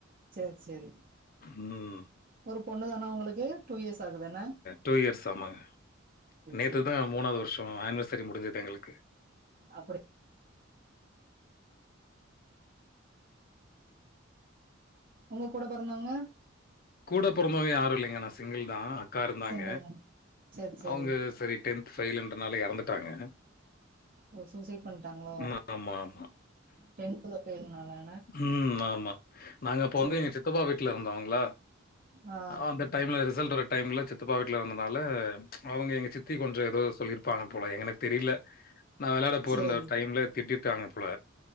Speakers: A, on the right; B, on the left.
A: சேரி சரி
B: ம்
A: ஒரு பொண்ணு தானா உங்களுக்கு டூ இயர்ஸ் ஆகுது என்ன
B: டூ இயர்ஸ் ஆமங்க நேத்து
A: சேரி
B: தா மூணாவது வருஷோ ஆனிவர்சரி முடிஞ்சது எங்களுக்கு
A: அப்படி உங்க கூட பெறந்தவங்க
B: கூட பொறந்தவங்க யாரு இல்லைங்க நா சிங்கிள் தா. அக்கா இருந்தாங்க,
A: சிங்கிள் தானா சேரி சேரி
B: அவங்க சரி. டென்த் ஃபெயிலுன்றனால எறந்துட்டாங்க.
A: ஓ சூசைட் பண்ட்டாங்களோ,
B: ம். ஆமா, ஆமா.
A: டென்த்ல ஃபெயில் நால
B: ம் ஆமா நாங்க அப்ப
A: சேரி
B: வந்து எங்க சித்தப்பா வீட்டுல இருந்தோங்கள,
A: ஆ
B: அந்த டைம்ல ரிசல்ட் வர டைம்ல சித்தப்பா வீட்ல இருந்தனால, அவங்க எங்க சித்தி கொஞ்ச ஏதோ சொல்லி இரு ப்பாங்க போல எங்கன்ன தெரியில நா வெளையாட போறுந்த
A: சேரி
B: டைம்ல திட்டிடாக்க இருக்காங்க போல